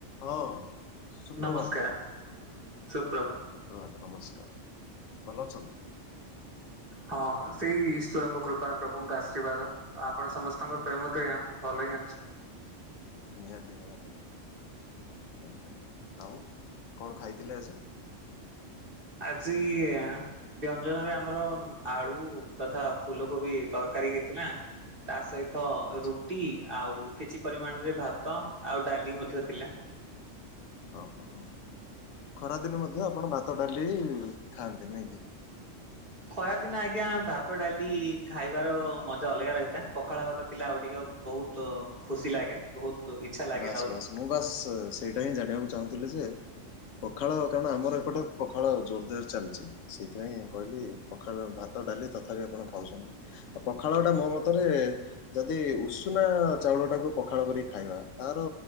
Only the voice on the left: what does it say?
ହଁ ସୁପ୍ରଭାତ
ପ୍ରଭାତ ନମସ୍କାର, ଭଲ ଅଛନ୍ତି?
ନିହାତି ନିହାତି ଆଜ୍ଞା, ଆଉ କଣ ଖାଇଥିଲେ ଆଜି?
ଆଚ୍ଛା
ଓହୋ, ହୋ ଖରାଦିନ ମଧ୍ୟ ଆପଣ ଭାତ ଡାଲି ଖାଆନ୍ତି ନାଇଁ କି?
ବାସ୍
ବାସ୍ ମୁଁ ବାସ୍ ସେଇଟା ହିଁ ଜାଣିବାକୁ ଚାହୁଁଥିଲି ଯେ ପଖାଳ କାରଣ ଆମର ଏପଟେ ପଖାଳ ଜୋରଦାର ଚାଲିଚି। ସେଇଥିପାଇଁ କହିଲି ପଖାଳ, ଭାତ ଡାଲି ତଥାପି ଆପଣ ଖାଉଛନ୍ତି। ଓ ପଖାଳ ଟା ମୋ ମତରେ ଯଦି ଉଷୁନା ଚାଉଳ ଟାକୁ ପଖାଳ କରିକି ଖାଇବା। ତାର